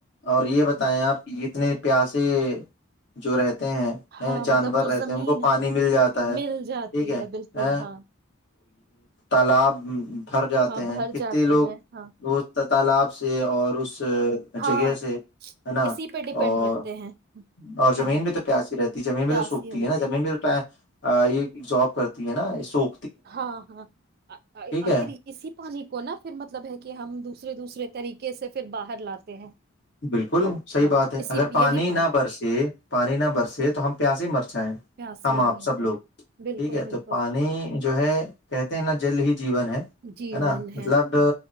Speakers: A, on the left; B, on the right.
A: اور یہ بتائیں آپ کی کتنے پیاسے جو رہتے ہیں
B: ہاں
A: جانور
B: مطلب جو
A: رہتے
B: زمین
A: ہیں ان کو پانی
B: ہاں
A: مل جاتا ہے
B: مل جاتی
A: ٹھیک ہے
B: بالکل
A: ا
B: ہاں
A: تالاب بھر جاتے
B: ہاں
A: ہیں
B: بھر
A: کتنے
B: جاتے
A: لوگ
B: ہیں ہاں
A: بت تالاب سے اور اس <unintelligible>
B: ہاں
A: جگہ سے ہے نا
B: اسی پہ ڈپینڈ
A: اور
B: رہتے ہیں
A: اور زمین
B: ہاں
A: بھی تو پیاسی رہتی زمین
B: پیاسی
A: بھی تو سوکھتی
B: ہوتے
A: ہے نا زمین بھی تو یہز کرتی ہے نا سو
B: ہاں ہاں آخر
A: ہے
B: اسی پانی کو نہا پھر مطلب ہے کہ ہم دوسرے دوسرے طریقے سے پھر باہر لاتے ہیں
A: بالکل صحیح
B: ہاں
A: بات ہے
B: اسی
A: اگر پانی
B: یہی
A: نہ برسے پانی نہ برسے تو ہم پیاس ہی مرج اچھا
B: پیاسی
A: ہم آپ
B: مر
A: سب
B: گیا
A: لوگ
B: بالکل
A: ٹھیک ہے
B: بالکل
A: تو پانی جو ہے کہتے ہیں نا جل ہی جیون ہے
B: جیون
A: ہے نا مطلب
B: ہاں